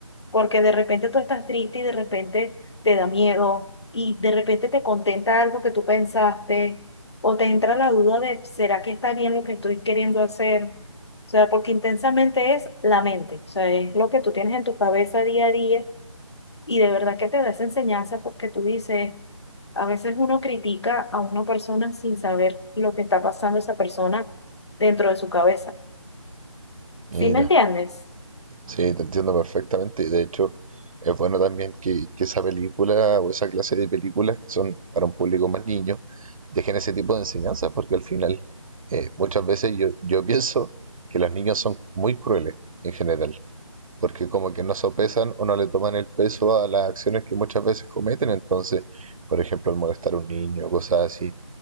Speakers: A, on the left; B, on the right.
A: porque de repente tú estás triste y de repente te da miedo y de repente te contenta algo que tú pensaste o te entra la duda de, ¿será que está bien lo que estoy queriendo hacer? O sea, porque intensamente es la mente, o sea, es lo que tú tienes en tu cabeza día a día y de verdad que te da esa enseñanza porque tú dices, a veces uno critica a una persona sin saber lo que está pasando esa persona dentro de su cabeza.
B: Mira.
A: ¿Sí me entiendes?
B: Sí, te entiendo perfectamente. y De hecho, es bueno también que, que esa película o esa clase de películas que son para un público más niño dejen ese tipo de enseñanzas, porque al final eh, muchas veces yo, yo pienso que los niños son muy crueles en general, porque como que no sopesan o no le toman el peso a las acciones que muchas veces cometen, entonces, por ejemplo, al molestar a un niño, cosas así.